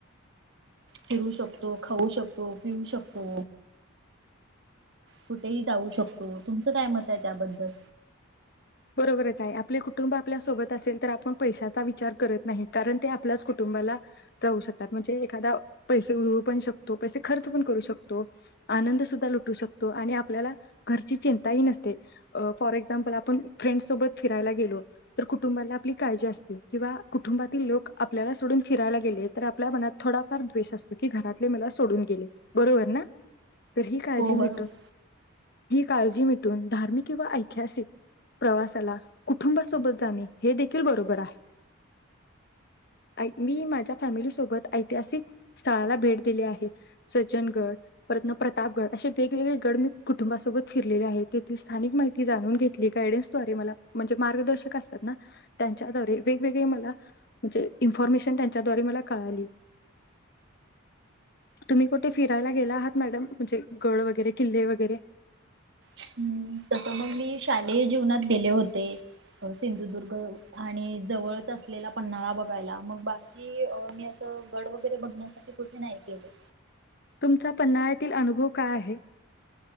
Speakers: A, on the right; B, on the left.
A: फिरू शकतो, खाऊ शकतो, पिऊ शकतो कुठेही जाऊ शकतो. तुमचं काय मत आहे त्याबद्दल?
B: बरोबरच आहे आपले कुटुंब आपल्यासोबत असेल तर आपण पैशाचा विचार करत नाही. कारण ते आपल्याच कुटुंबाला जाऊ शकतात, म्हणजे एखादा पैसे उधळू पण शकतो. पैसे खर्च पण करू शकतो आनंद सुद्धा लुटू शकतो आणि आपल्याला घरची चिंताही नसते. फॉर एक्झाम्पल आपण फ्रेंड सोबत फिरायला गेलो, तर कुटुंबाला आपली काळजी असते. किंवा कुटुंबातील लोक आपल्याला सोडून फिरायला गेले, तर आपल्या मनात थोडाफार द्वेष असतो, की घरातले मला सोडून गेले. बरोबर ना? तर ही काळजी
A: हो बरोबर.
B: मिटून ही काळजी मिटून धार्मिक किंवा ऐतिहासिक प्रवासाला कुटुंबासोबत जाणे हे देखील बरोबर आहे, आइ मी माझ्या फॅमिलीसोबत ऐतिहासिक स्थळाला भेट दिली आहे सज्जनगड, परतन प्रतापगड असे वेगवेगळे गड मी कुटुंबासोबत फिरलेले आहे तेथील स्थानिक माहिती जाणून घेतली गायडन्स तो वरी म्हणे मार्गदर्शक असतात ना त्यांच्याद्वारे वेग-वेगळे मला म्हणजे इन्फॉर्मेशन त्यांच्या द्वारे मला कळाली, तुम्ही कुठे फिरायला गेला आहात मॅडम? म्हणजे गड वगैरे, किल्ले वगैरे?
A: हम् तसं मग मी शालेय जीवनात गेले होते, सिंधुदुर्ग आणि जवळच असलेला पन्हाळा बघायला मग, बाकी मी असं गड वगैरे बघण्यासाठी कुठे नाही गेले.
B: तुमचा पन्नाळ्यातील अनुभव काय आहे?